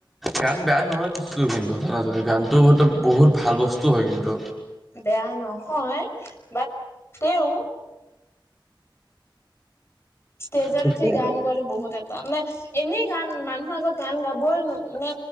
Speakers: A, in the centre; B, on the left.
A: গান বেয়া নহয় বস্তুটো কিন্তু, জানা যদি গানটো বহুত ভাল বস্তু হয় কিন্তু।
B: বেয়া নহয বাট তেওঁ ষ্টেজত
A: ঠিকে
B: উঠি গান গোৱাটো বহুত এটা মানে এনেই গান মানুহৰ আগত গান গাবই মানে,